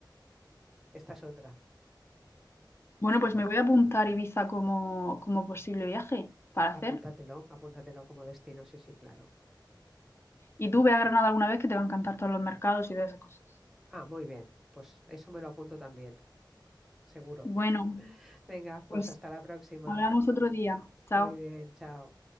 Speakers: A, in the centre; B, on the left.
A: esta es otra.
B: Bueno, pues me voy a apuntar Ibiza como, como posible viaje para hacer.
A: Apúntatelo, apúntatelo como destino, sí, sí, claro.
B: Y tú ve a Granada alguna vez que te va a encantar todos los mercados y todas esas cosas.
A: Ah, muy bien, pues eso me lo apunto también, seguro.
B: Bueno,
A: Venga, pues
B: pues
A: hasta la próxima.
B: hablamos otro día. Chao.
A: Muy bien, chao.